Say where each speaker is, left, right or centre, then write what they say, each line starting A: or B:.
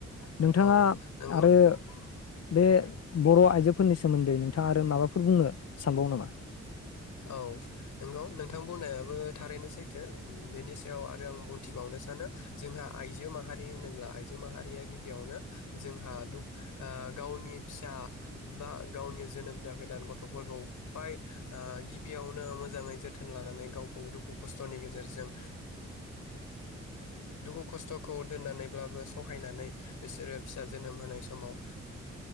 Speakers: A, on the left; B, on the left.
A: नोंथाङा
B: औ नंगौ
A: आरो बे बर' आइजोफोरनि सोमोन्दै नोंथाङा आरो माबाफोर बुंनो सानबावो नामा
B: औ नंगौ नोंथां बुंनायाबो थारैनो सैथो बेनि सायाव आरो आं बुंथिबावनो सानो जोंहा आइजो माहारि होनोब्ला आइजो माहारिया गिबियावनो जोंहा गावनि फिसा बा गावनि जोनोम जागोदान गथ'फोरखौहाय बेयावनो मोजाङै जोथोन लानानै गावखौ दुखु खस्थ'नि गेजेरजों दुखु खस्थ'खौ दोननानैब्लाबो सहायनानै बिसोरो फिसा जोनोम होनाय समाव